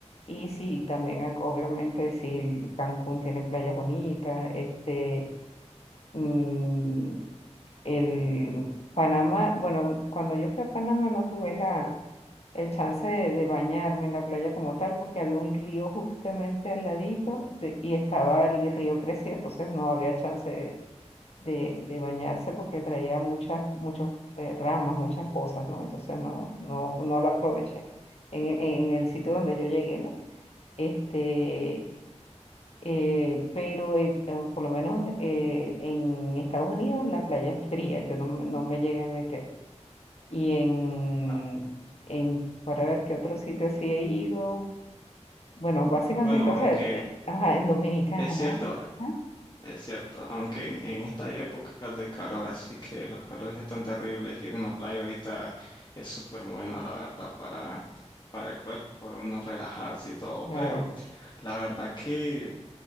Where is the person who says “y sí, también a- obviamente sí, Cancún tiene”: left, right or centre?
Left